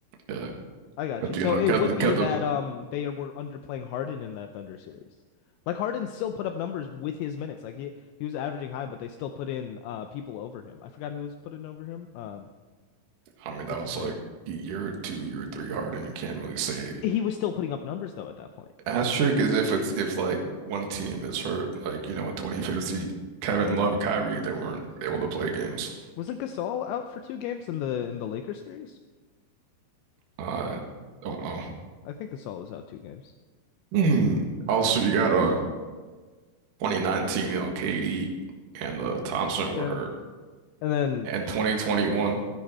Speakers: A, on the right; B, on the left.
A: Yeah.
B: I got
A: Cause
B: you. So
A: you know,
B: it
A: cause,
B: would
A: the-
B: be
A: cause the,
B: that um they were underplaying Harden in that Thunder series. Like Harden still put up numbers with his minutes. Like he he was averaging high, but they still put in uh people over him. I forgot who was putting over him. Um,
A: I mean,
B: what's
A: that was
B: his name?
A: like year two, year three hard, and you can't really say
B: He was still putting up numbers though at that point.
A: asterisk is if it's if like one team is hurt, like you know, in 2015, Kevin Love, Kyrie, they weren't able to play games.
B: Wasn't Gasol out for two games in the in the Lakers series?
A: I don't know. <clears throat>
B: I think Gasol was out two games.
A: Hmm. Also, you got uh 2019, you know, KD and uh, Thompson
B: Yeah.
A: were hurt,
B: And then
A: and 2021